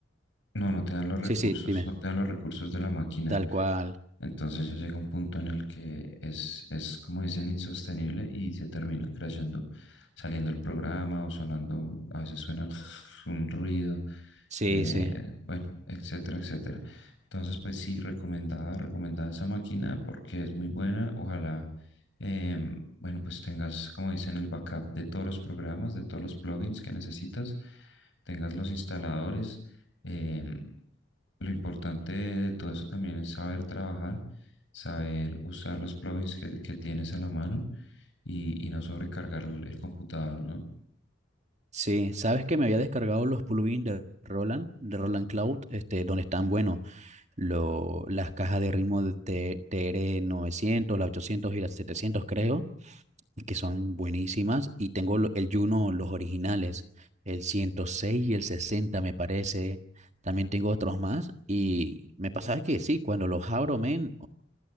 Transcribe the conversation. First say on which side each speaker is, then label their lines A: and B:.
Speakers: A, on the left (about 75°); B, on the right (about 40°).
A: No, no te dan los recursos,
B: sí, sí, dime,
A: no te dan los recursos de la máquina.
B: tal cual.
A: Entonces ya llega un punto en el que es, es como dicen, insostenible y se termina crashando, saliendo el programa o sonando, a veces suena <laughs> un ruido,
B: Sí,
A: eh,
B: sí,
A: bueno, etcétera, etcétera. Entonces, pues sí, recomendada, recomendada esa máquina porque es muy buena. Ojalá, em, bueno, pues tengas, como dicen, el backup de todos los programas, de todos los plugins que necesitas, tengas los instaladores Em, lo importante de todo eso también es saber trabajar, saber usar los plugins que, que tienes a la mano y, y no sobrecargar el, el computador, ¿no?
B: sí. Sabes que me había descargado los plugins de Roland, de Roland Cloud, este, donde están, bueno, lo- las cajas de ritmo de T- TR900, las 800 y las 700, creo, que son buenísimas. Y tengo lo- el Juno, los originales, el 106 y el 60, me parece. También tengo otros más. Y me pasaba que sí, cuando los abro, men,